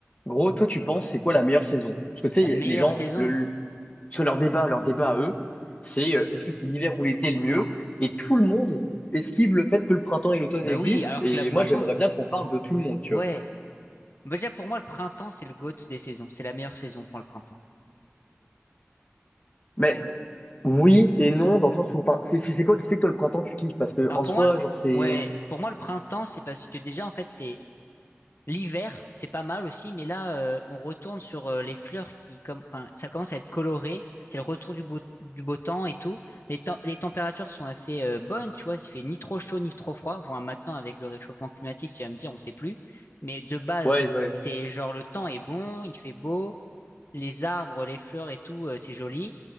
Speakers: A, on the left (about 30°); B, on the left (about 60°).
A: Gros, toi, tu penses c'est quoi la meilleure saison? Parce que
B: La
A: tu
B: meilleure
A: sais, les gens,
B: saison?
A: le, le- sur leur débat, leur débat à eux, c'est euh, est-ce que c'est l'hiver ou l'été le mieux? Et tout le monde esquive le fait que le printemps et l'automne
B: Bah
A: existent.
B: oui, alors
A: Et
B: que la printemps,
A: moi, j'aimerais bien qu'on parle de tout le monde, tu
B: ouais.
A: vois.
B: Bah déjà pour moi le printemps c'est le GOAT des saisons, c'est la meilleure saison pour le printemps.
A: Mais oui et non, dans le sens où, enfin, c'est c'est- c'est quoi qui fait que toi, le printemps, tu kiffes? Parce que
B: Alors
A: en
B: pour
A: soi,
B: moi,
A: genre, c'est.
B: ouais, pour moi le printemps c'est parce que déjà en fait c'est l'hiver, c'est pas mal aussi, mais là euh, on retourne sur euh, les fleurs qui comme, enfin ça commence à être coloré, c'est le retour du beau du beau temps et tout. Les tem- les températures sont assez euh, bonnes, tu vois, il fait ni trop chaud ni trop froid. Enfin maintenant avec le réchauffement climatique tu vas me dire on sait plus, mais de base
A: Ouais, ouais.
B: c'est genre le temps est bon, il fait beau. les arbres, les fleurs et tout, euh, c'est joli.